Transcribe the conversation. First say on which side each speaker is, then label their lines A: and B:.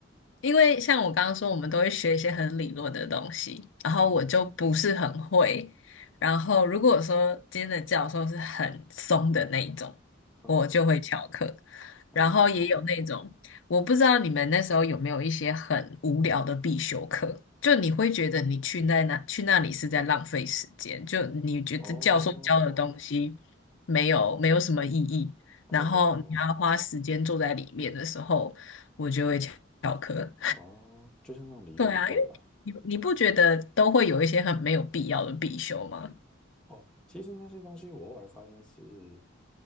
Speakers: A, on the left; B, in the centre.
A: 因为像我刚刚说，我们都会学一些很理论的东西，然后我就不是很会。
B: 嗯，
A: 然后如果说今天的教授是很松的那一种，
B: 呃，
A: 我就会翘课。
B: 哦。
A: 然后也有那种，我不知道你们那时候有没有一些很无聊的必修课，就你会觉得你去那那去那里是在浪费时间，就你觉得教授教的东西
B: 哦，
A: 没有没有什么意义，
B: 哦，
A: 然后你还要花时间坐在里面的时候，
B: 有哦，
A: 我就会翘。课。
B: 哦，就是那种理论课啊。
A: 对啊，因为你你不觉得都会有一些很没有必要的必修吗？
B: 哦，其实那些东西我后来发现是